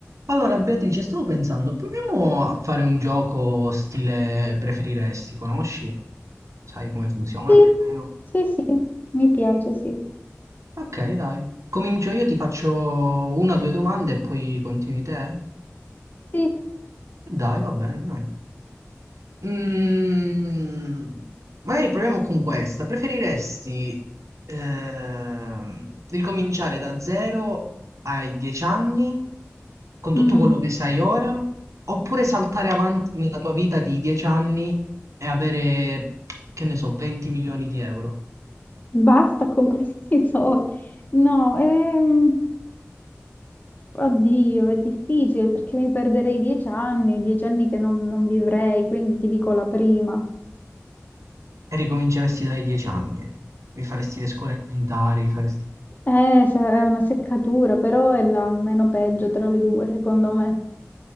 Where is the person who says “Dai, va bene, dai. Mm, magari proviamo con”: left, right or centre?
Right